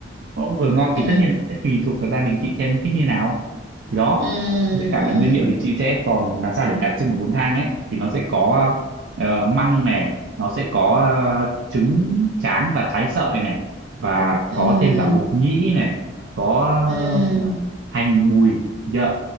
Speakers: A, on the right; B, on the right.
A: cũng vừa ngon
B: ừ
A: thì tất nhiên nó sẽ tùy thuộc vào gia đình chị xem thích như nào thì đó
B: ừ
A: với cả là
B: ừ
A: nguyên liệu thì chị sẽ còn làm sao để đặc trưng của bún thang ấy thì nó sẽ có ờ, măng này nó sẽ có ờ, trứng tráng và thái sợi này và
B: ừ
A: có thêm cả mục nhĩ này có
B: ừ
A: xem nào, hành mùi dạ.